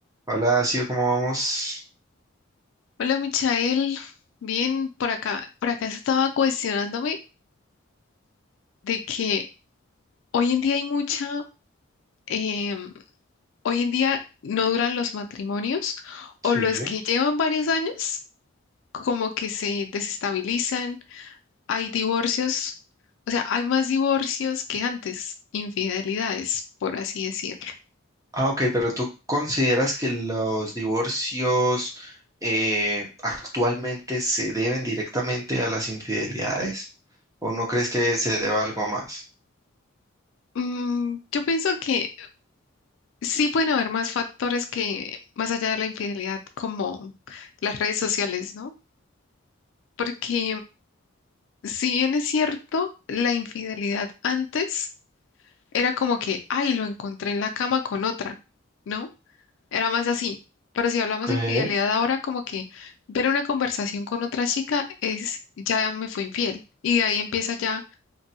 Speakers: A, on the right; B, on the left.
A: Hola, Sio, ¿cómo vamos?
B: Hola, Michael. Bien, por acá, por acá se estaba cuestionándome de que hoy en día hay mucha, em, hoy en día no duran los matrimonios
A: Sí.
B: o los que llevan varios años como que se desestabilizan, hay divorcios, o sea, hay más divorcios que antes, infidelidades, por así decirlo.
A: Ah, ok, pero ¿tú consideras que los divorcios eh, actualmente se deben directamente a las infidelidades? ¿O no crees que se deba a algo más?
B: Mm, yo pienso que sí pueden haber más factores que más allá de la infidelidad, como las redes sociales, ¿no? Porque Si bien es cierto, la infidelidad antes era como que, ay, lo encontré en la cama con otra, ¿no? Era más así. Pero si hablamos
A: Ok.
B: de infidelidad ahora, como que ver una conversación con otra chica es, ya me fue infiel. Y de ahí empieza ya,